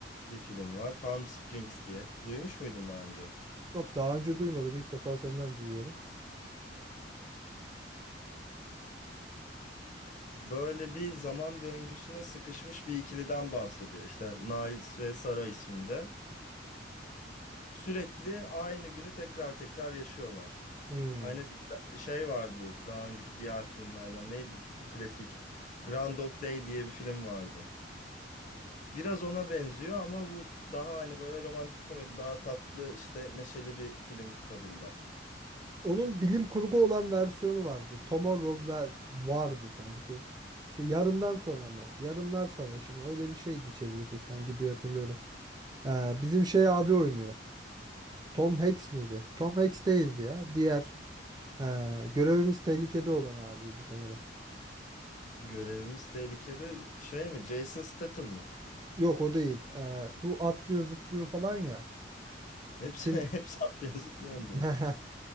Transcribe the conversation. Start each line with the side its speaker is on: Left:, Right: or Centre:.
Left: bir film var Palm Springs diye. Duymuş muydun daha önce?
Right: Yok daha önce duymadım. İlk defa senden duyuyorum.
Left: Böyle bir zaman döngüsüne sıkışmış bir ikiliden bahsediyor. İşte Niles ve Sara isminde. Sürekli aynı günü tekrar tekrar yaşıyorlar.
Right: Hmm.
Left: Aynı şey vardı daha önceki diğer filmlerden. Neydi klasik? Grand Dog Day diye bir film vardı. Biraz ona benziyor ama bu daha hani böyle romantik komedi, daha tatlı işte neşeli bir film tadında.
Right: Onun bilim kurgu olan versiyonu vardı. Tomorrow ver- vardı sanki. Şey yarından sonra mı? Yarınlar Savaşı mı? Öyle bir şeydi çevirisi sanki diye hatırlıyorum. Ee, bizim şey abi oynuyor. Tom Hanks miydi? Tom Hanks değildi ya. Diğer ee, görevimiz tehlikede olan abiydi sanırım.
Left: Görevimiz tehlikede şey mi? Jason Statham mı?
Right: Yok o değil. Ee, bu atlıyor zıplıyor falan ya.
Left: Hepsi
Right: Kim?
Left: <laughs> hepsi atlıyor zıplıyor
Right: <laughs>
Left: onların.